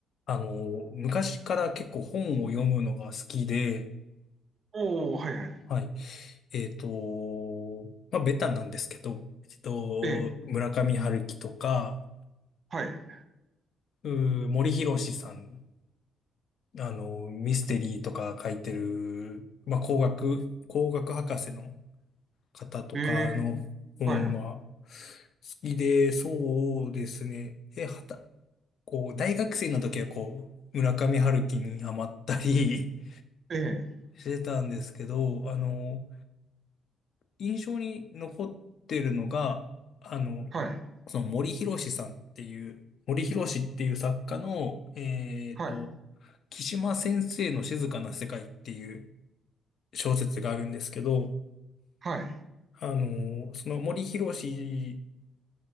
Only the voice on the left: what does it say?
あの、昔から結構本を読むのが好きで、
はい。えっと、まあ、ベタなんですけど、えっと、
村上春樹とか、
うー森博さん、あの、ミステリーとか書いてる、まあ、工学、工学博士の方とかの本が
好きで、そうですね。で、はた、こう、大学生の時はこう、村上春樹にハマったり <laughs>
してたんですけど、あの、印象に残ってるのが、あの、
その森博さんっていう、森博っていう作家の、えっと、
木島先生の静かな世界っていう小説があるんですけど、
あの、その森博著